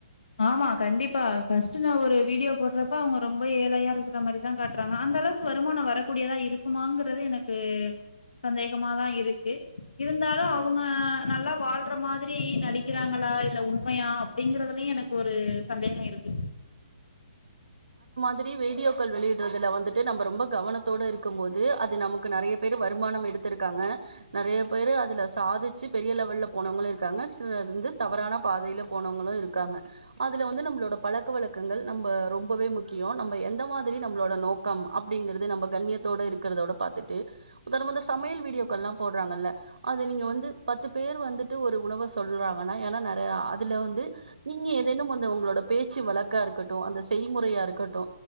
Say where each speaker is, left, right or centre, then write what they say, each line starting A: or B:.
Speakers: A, on the left (about 80°); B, on the right (about 85°).
A: ஆமா கண்டிப்பா பர்ஸ்ட் நா ஒரு வீடியோ போடுறப்ப அவங்க ரொம்ப ஏழையா இருக்கிற மாதிரிதா காட்டுறாங்க அந்த அளவுக்கு வருமானம் வரக்கூடியதா இருக்குமாங்கிறது எனக்கு சந்தேகமாதா இருக்கு இருந்தாலு அவங்க நல்லா வாழ்ற மாதிரி நடிக்கிறாங்களா இல்ல உண்மையா அப்டிங்கறதுலையு எனக்கு ஒரு சந்தேகயிருக்கு
B: இத்தனையு வீடியோக் கால் வெளியடுறதுல வந்துட்டு நம்ம ரொம்ப கவனத்தோடு இருக்கும் போது அது நமக்கு நெறைய பேர் வருமானம் எடுத்திருக்காங்க நெறைய பேரு அதுல சாதிச்சு பெரிய லெவல்லல போனவங்களும் இருக்காங்க சிலவந்து தவறான பாதையில போனவங்களும் இருக்காங்க அதுல வந்து நம்மளோட பழக்க வழ நம்ம ரொம்பவே முக்கியோ நம்ம எந்த மாதிரி நம்மளோட நோக்கம் அப்டிங்கறது நம்ம கண்ணியத்தோட இருக்கிறதோட பாத்துட்டு உதாரணம இந்த சமையல் வீடியோக்கல்லா போடுறாங்கள்ள அது நீங்க வந்து பத்து பேர் வந்துட்டு ஒரு உணவை சொல்றாங்கன்னா ஏன் ஆ அதுல வந்து நீங்க ஏதேனும் வந்து உங்களோட பேச்சு வழக்க ட்டும் அந்த செய்முறையா இருக்கட்டு